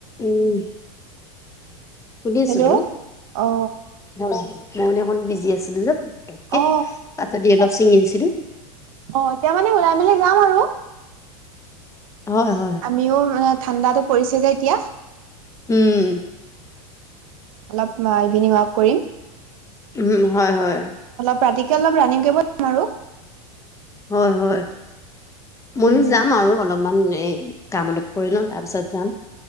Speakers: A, on the left (about 15°); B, on the right (about 65°).
A: উম। শুনি আছো
B: হেল্ল'
A: বাৰু।
B: অ
A: মই মানে অকমান বিজি আছিলো যে। তে
B: অ
A: তাৰছত অলপ ছিঙি আহছিলো।
B: অ, এতিয়া মানে ওলাই মেলি যাম আৰু।
A: হয় হয়
B: আমিও মানে ঠাণ্ডাতো পৰিছে যে এতিয়া
A: উম।
B: অলপ ইভিনিং ৱাক কৰিম।
A: উম, হয়, হয়।
B: ৰাতিতে অলপ ৰানিং কৰিম আৰু।
A: হয়, হয় ময়ো
B: উম
A: যাম আৰু অলপমান এই কাম অলপ কৰি লওঁ তাৰপিছত যাম।